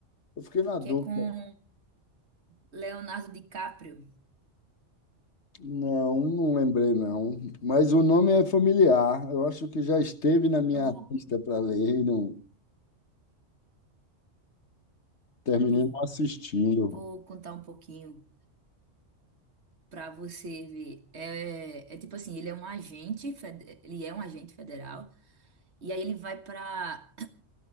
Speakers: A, on the left (about 65°); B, on the right (about 60°).
A: Eu fiquei na dúvida.
B: que é com Leonardo DiCaprio?
A: Não, não lembrei não. Mas o nome é familiar. Eu acho que já esteve na minha
B: Eu vou,
A: lista para ler e não terminei
B: eu
A: não assistindo.
B: vou contar um pouquinho. Pra você ver, é, é tipo assim, ele é um agente, fed- ele é um agente federal, e aí ele vai pra